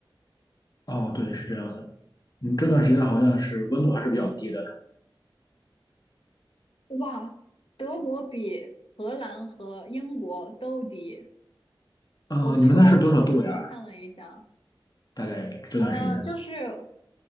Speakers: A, on the left (about 50°); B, on the left (about 80°).
A: 哦，对，是这样的。嗯，这段时间好像是温度还是比较低的，
B: 哇，德国比荷兰和英国都低。
A: 呃，
B: 我去玩儿的时候专门看了一下，
A: 你们那是多少度呀？大概这段时间
B: 呃，就是